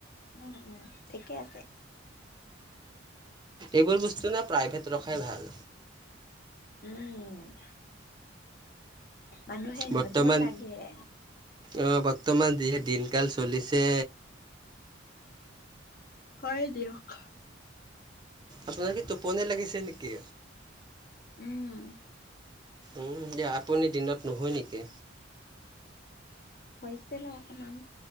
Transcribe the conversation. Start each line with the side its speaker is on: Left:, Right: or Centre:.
Left: উম উম ঠিকে আছে।
Right: এইবোৰ বস্তু ন প্ৰাইভেট ৰখাই ভাল।
Left: উম। মানুহে
Right: বৰ্তমান
Left: নজৰ লাগে।
Right: অ বৰ্তমান যিহে দিনকাল চলিছে।
Left: হয় দিয়ক।
Right: আপোনাৰ কি টোপনি লাগিছে নেকি?
Left: উম।
Right: উম দিয়া আপুনি দিনত নুশুৱে নেকি?
Left: শুইছিলোঁ অকণমান।